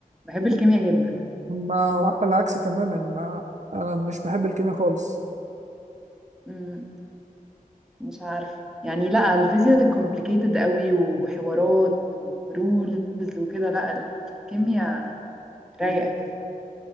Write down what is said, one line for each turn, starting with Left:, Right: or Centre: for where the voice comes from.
Centre: بحب الكيمياء جدا
Right: ما هو على العكس تماما ما انا مش بحب الكيمياء خالص
Centre: مم. مش عارفه يعني لا الفيزياء كومبليكيتد قوي وحوارات ورولز وكده لا الكيمياء رايقه كده